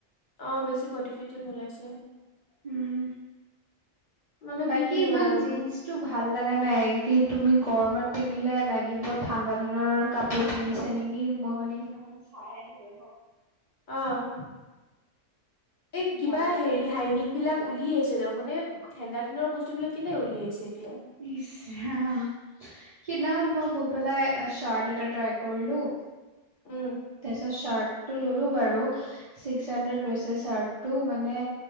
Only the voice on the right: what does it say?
উম,
বাকী
ইমান
জিন্স টো ভাল লগা নাই! কি তুমি গৰমত পিন্ধিলে লাগিব। ঠাণ্ডা দিনৰ কাপোৰ পিন্ধিছে নেকি, মোৰ মানে কি নহৈ চাই আহিলোঁ ন'!
ভাল লগা
নাই।
ইছ ৰাম! সিদিনাখন মই গৈ পেলাই শাৰ্ট এটা ট্ৰাই কৰিলোঁ।
তাৰপিছত শাৰ্টটো ল'লো। বাৰু ছিক্স হান্দ্ৰেত লৈছে শাৰ্টটো। মানে,